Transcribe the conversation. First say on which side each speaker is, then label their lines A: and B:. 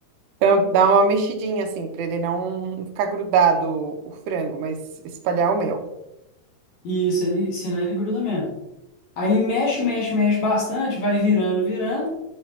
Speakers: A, on the right; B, on the left.
A: Então, dá uma mexidinha assim, pra ele não ficar grudado o frango, mas espalhar o meu.
B: E isso, ele, senão ele gruda mesmo. Aí mexe, mexe, mexe bastante, vai virando, virando.